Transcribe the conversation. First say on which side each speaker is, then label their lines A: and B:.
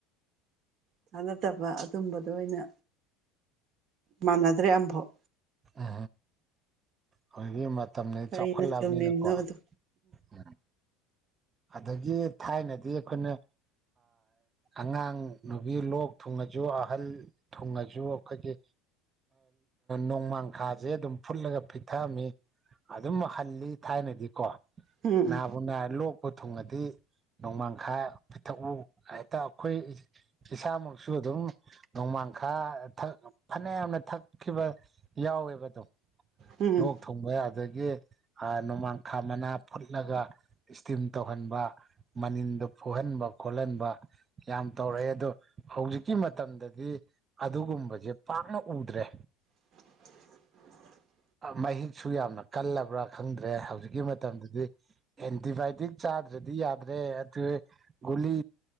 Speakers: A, on the right; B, on the right.
A: ꯆꯥꯅꯗꯕ ꯑꯗꯨꯝꯕꯗꯣ ꯑꯣꯏꯅ ꯃꯥꯟꯅꯗ꯭ꯔꯦ ꯑꯃꯐꯥꯎ
B: ꯑ ꯍꯣ ꯏꯕꯦꯃ ꯃꯇꯝꯖꯦ
A: ꯀꯔꯤꯅ
B: ꯆꯥꯎꯈꯠꯂꯛꯑꯕꯅꯤꯅꯀꯣ
A: ꯆꯨꯝꯃꯤꯕꯅꯣꯗꯣ
B: ꯎꯝ ꯑꯗꯒꯤ ꯊꯥꯏꯅꯗꯤ ꯑꯩꯈꯣꯏꯅ ꯑꯉꯥꯡ ꯅꯨꯕꯤ ꯂꯣꯛ ꯊꯨꯡꯉ ꯖꯨ ꯑꯍꯜ ꯊꯨꯡꯉꯖꯨ ꯑꯩꯈꯣꯏꯒꯤ ꯅꯣꯡꯃꯥꯡꯈꯥꯖꯦ ꯑꯗꯨꯝ ꯐꯨꯠꯂꯒ ꯄꯤꯊꯛꯑꯝꯃꯤ ꯑꯗꯨꯝ ꯍꯜꯂꯤ ꯊꯥꯏꯅꯗꯤꯀꯣ
A: ꯎꯝ
B: ꯅꯥꯕꯨ -ꯅꯥꯔ ꯂꯣꯛꯄꯨ ꯊꯨꯡꯉꯗꯤ ꯅꯣꯡꯃꯥꯡꯈꯥ ꯄꯤꯊꯛꯎ ꯍꯦꯛꯇ ꯑꯩꯈꯣꯏ ꯏꯁꯥꯃꯛꯁꯨ ꯑꯗꯨꯝ ꯅꯣꯡꯃ ꯃꯥꯡꯈꯥ ꯊꯛ ꯐꯅꯌꯥꯝꯅ ꯊꯛꯈꯤꯕ ꯌꯥꯎꯋꯦꯕꯗꯨꯝ
A: ꯎꯝ
B: ꯂꯣꯛ ꯊꯨꯡꯕ ꯑꯗꯒꯤ ꯅꯣꯡꯃꯥꯡꯈꯥ ꯃꯅꯥ ꯐꯨꯠꯂꯒ ꯇꯤꯝ ꯇꯧꯍꯟꯕ ꯃꯅꯤꯟꯗ ꯐꯨꯍꯟꯕ ꯈꯣꯠꯍꯟꯕ ꯌꯥꯝ ꯇꯧꯔꯛꯑꯦ ꯑꯗꯣ ꯍꯧꯖꯤꯛꯀꯤ ꯃꯇꯝꯗꯗꯤ ꯑꯗꯨꯒꯨꯝꯕꯁꯦ ꯄꯥꯛꯅ ꯎꯗ꯭ꯔꯦ
A: <unintelligible>
B: ꯃꯍꯤꯛꯁꯨ ꯌꯥꯝꯅ ꯀꯜꯂꯕ꯭ꯔꯥ ꯈꯪꯗ꯭ꯔꯦ ꯍꯧꯖꯤꯛꯀꯤ ꯃꯇꯝꯗꯗꯤ ꯑꯦꯟꯇꯤꯕꯥꯢ ꯇꯤꯛ ꯆꯥꯗ꯭ꯔꯗꯤ ꯌꯥꯗ꯭ꯔꯦ ꯑꯗꯨ ꯒꯨꯂꯤ